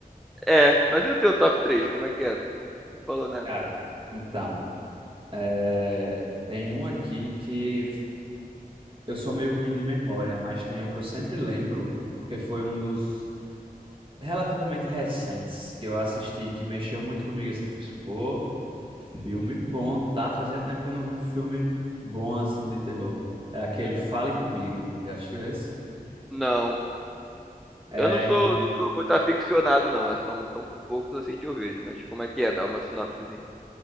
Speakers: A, in the centre; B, on the right.
A: É, mas e o teu top três Como é que é? Tu não não falou nada.
B: Cara, então, é, tem um aqui que eu sou meio ruim de memória, mas tem um que eu sempre lembro, porque foi um dos relativamente recentes que eu assisti, que mexeu muito comigo, assim, fez, pô, filme bom, tá? Fazia tempo que eu não vi um filme bom, assim, de terror. É aquele Fale Comigo, já assistiu esse?
A: Não.
B: É,
A: Eu não sou,
B: em, ingl-
A: não sou muito aficionado, não. É, São, são poucos assim que eu vejo, mas como é que é? Dá uma sinopsezinha.